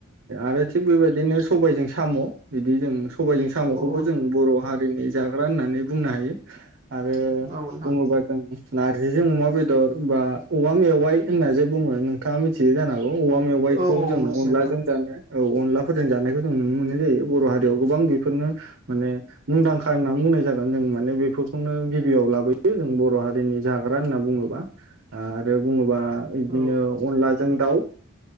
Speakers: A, on the right; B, on the right.
A: आरो थिग बेबायदिनो सबायजों साम' बिदि जों सबायजों साम'खौबो
B: औ
A: जों बर' हारिनि जाग्रा होननानै बुंनो हायो आरो
B: औ नोंथां
A: बुङोबा जोंना जों अमा बेदर बा औवा मेवाइ होनना जे बुङो नोंथाङा मिथियो जान होगौ औ औवा मेवाइखौ
B: औ
A: जों
B: औ मिथियो
A: अनलाजों
B: नोंथां
A: जानो औ अनलाफोरजों जानायखौ जों नुनो मोननाय जायो बर' हारि गोबां बेफोरनो माने मुंदांखा होननानै बुंनाय जागोन जों माने बेफोरखौनो गिबियाव लाबोयो जों बर' हारिनि जाग्रा होनना बुङोबा ओ आरो बुङोबा बिदिनो
B: औ
A: अलाजों दाउ